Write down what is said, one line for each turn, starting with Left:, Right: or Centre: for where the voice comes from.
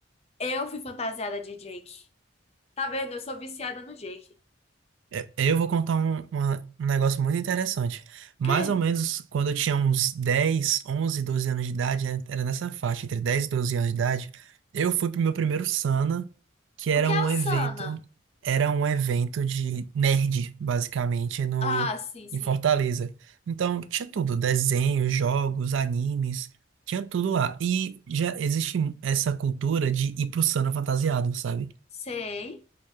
Left: eu fui fantasiada de Jake. Tá vendo? Eu sou viciada no Jake.
Right: É, Eu vou contar um, uma- um negócio muito interessante.
Left: O
Right: Mais
Left: quê?
Right: ou menos quando eu tinha uns 10 11 12 anos de idade, né, era nessa faixa, entre 10 e 12 anos de idade, eu fui pro meu primeiro Sana, que era
Left: O que é
Right: um
Left: o Sana
Right: evento, era um evento de nerd, basicamente, no,
Left: Ah, sim, sim.
Right: em Fortaleza. Então, tinha tudo, desenhos, jogos, animes, tinha tudo lá. E já existe essa cultura de ir pro Sana fantasiado, sabe?
Left: Sei.